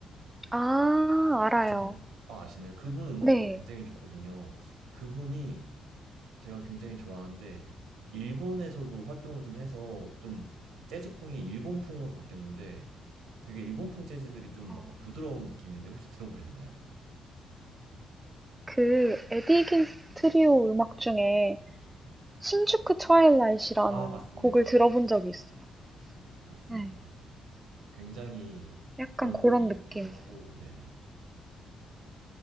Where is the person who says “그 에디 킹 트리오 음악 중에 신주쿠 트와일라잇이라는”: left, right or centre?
Right